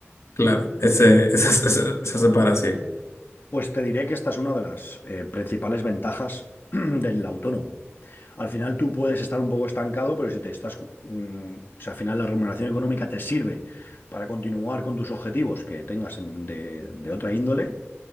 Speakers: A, on the left (about 85°); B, on the left (about 45°).
A: claro, ese, esa,
B: Pues,
A: esa, esa separación.
B: pues te diré que esta es una de las eh, principales ventajas <clears throat> del autónomo. Al final tú puedes estar un poco estancado, pero si te estás, mm, o sea, al final la remuneración económica te sirve para continuar con tus objetivos que tengas en- de, de otra índole